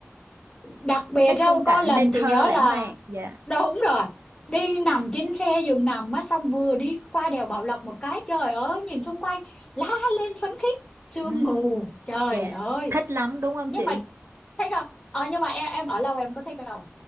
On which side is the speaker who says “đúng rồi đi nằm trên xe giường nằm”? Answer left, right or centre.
Left